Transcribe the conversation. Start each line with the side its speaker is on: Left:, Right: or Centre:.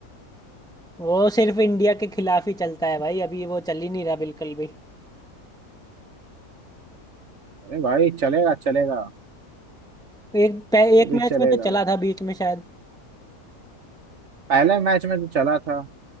Centre: वो सिर्फ इंडिया के खिलाफ ही चलता है भाई अभी वो चल ही नहीं रहा बिल्कुल भी
Right: अरे भाई चलेगा चलेगा
Centre: एक पह-
Right: वो
Centre: एक
Right: भी
Centre: मैच
Right: चलेगा
Centre: में तो चला था बीच में शायद
Right: पहले मैच में तो चला था